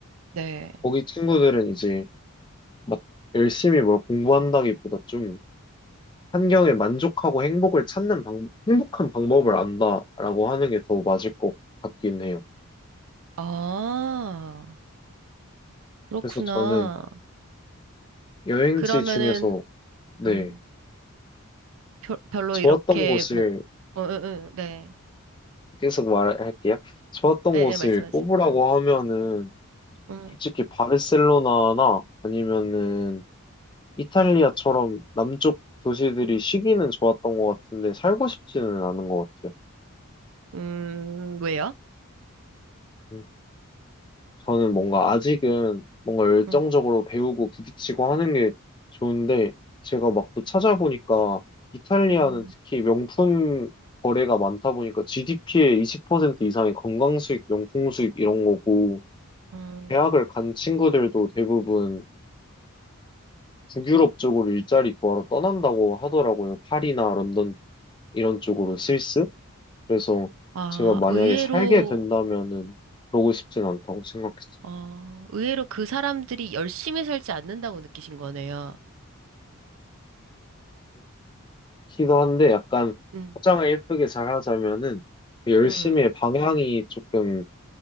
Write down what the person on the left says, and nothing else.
거기 친구들은 이제 막 열심히 뭘 공부한다기보다 좀 환경에 만족하고 행복을 찾는 방, 행복한 방법을 안다라고 하는 게 더 맞을 것 같긴 해요.
그래서 저는 여행지
중에서, 네,
좋았던
곳을,
계속 말할게요. 좋았던
곳을
꼽으라고
하면은,
솔직히 바르셀로나나 아니면은 이탈리아처럼 남쪽 도시들이 쉬기는 좋았던 것 같은데, 살고 싶지는 않은 것 같아요.
음. 저는 뭔가 아직은 뭔가 열정적으로
배우고 부딪히고 하는 게 좋은데 제가 막 또 찾아보니까 이탈리아는
특히 명품 거래가 많다 보니까 GDP의 20% 이상이 건강 수익, 명품 수익 이런 거고
대학을 간 친구들도 대부분 북유럽 쪽으로 일자리 구하러 떠난다고 하더라고요. 파리나 런던 이런 쪽으로 스위스. 그래서
제가 만약에
살게 된다면은 그러고 싶진 않다고 생각했어요.
기도 한데 약간
포장을 예쁘게 잘 하자면은 그 열심히의
방향이 조금